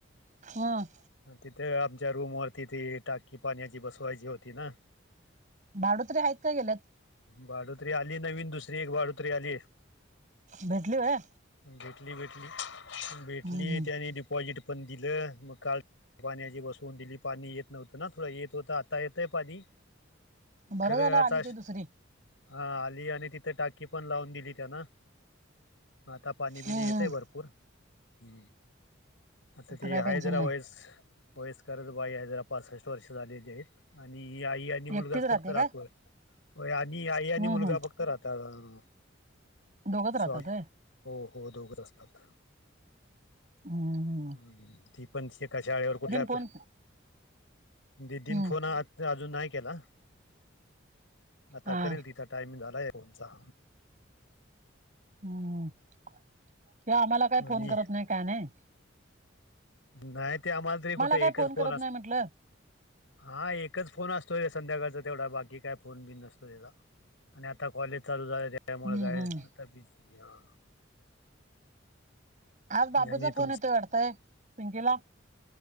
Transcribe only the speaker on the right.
हम
भाडोत्रीे आहेत का गेल्यात.
भेटली आहे.
हम्म हम्म
बरं
झालं
आली ते दुसरी
हम्म
हम्म
काय
टेन्शन
नाही
एकटीच
राहते
काय
हम्म
हम्म
दोघच राहतात.
हम्.
फोन
हम्म
हा
हम्म किं आम्हाला काही
फोन करत नाही काय नाही.
काय
करत
नाही म्हटलं
हम्म
हम्म
आज बाबूचा
फोन येतोय वाटताय पिंकीला.